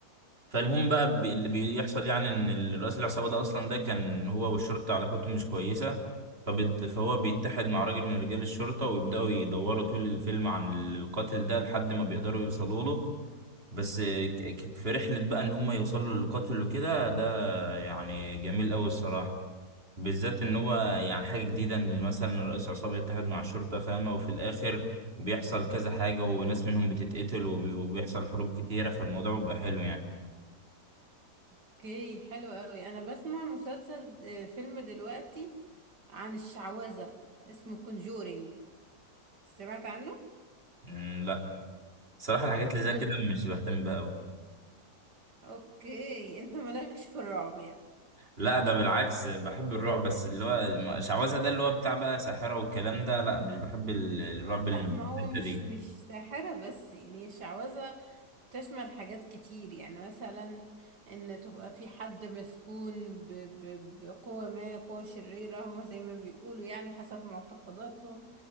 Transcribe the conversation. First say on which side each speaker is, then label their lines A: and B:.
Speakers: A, on the right; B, on the right.
A: فالمهم بقى ب- اللي بيحصل يعني ان الرئيس العصابة ده اصلا ده كان هو والشرطة علاقتهم مش كويسة فبت... فهو بيتحد مع راجل من رجال الشرطة ويبدأوا يدوروا طول الفيلم عن القاتل ده لحد ما بيقدروا يوصلوا له بس ك- ك- في رحلة بقى ان هم يوصلوا للقاتل وكده ده يعني جميل أوي الصراحة بالذات إن هو يعني حاجة جديدة إن مثلا رئيس عصابة يتحد مع الشرطة فاهمة وفي الآخر بيحصل كذا حاجة وناس منهم بتتقتل وبي- وبيحصل حروب كتيرة فالموضوع بيبقى حلو يعني
B: اوكي حلو قوي انا بسمع مسلسل آه، فيلم دلوقتي عن الشعوذة اسمه كونجورينج سمعت عنه
A: مم، لا صراحة الحاجات اللي
B: بصي
A: زي كده مش بهتم بها أوي
B: اوكي انت مالكش في الرعب يعني
A: لا ده بالعكس بحب الرعب بس اللي هو م- شعوذة ده اللي هو بتاع بقى ساحرة والكلام ده لا مش بحب ال- الرعب
B: لا
A: اللي من
B: ما هو
A: الحتة
B: مش
A: دي
B: مش ساحرة بس يعني الشعوذة تشمل حاجات كتير يعني مثلا ان تبقى في حد مسكون ب- ب- بقوة ما قوة شريرة هما زي ما بيقولوا يعني حسب معتقداتهم